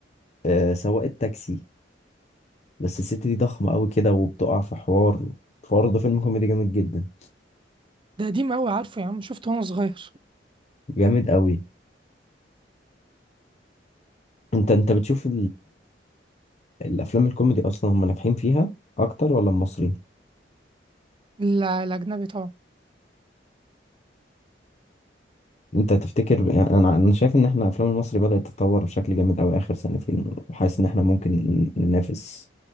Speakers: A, on the left; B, on the right.
A: آه، سواقة تاكسي بس الست دي ضخمة قوي كده وبتقع في حوار برضه فيلم كوميدي جامد جدا
B: ده قديم قوي عارفه يا عم شفته وانا صغير
A: جامد قوي انت انت بتشوف الافلام الكوميدي اصلا هم ناجحين فيها اكتر ولا المصري
B: لا الاجنبي طبعا
A: انت تفتكر يعني انا انا شايف ان احنا افلام المصري بدأت تتطور بشكل جامد قوي اخر سنتين وحاسس ان احنا ممكن ننافس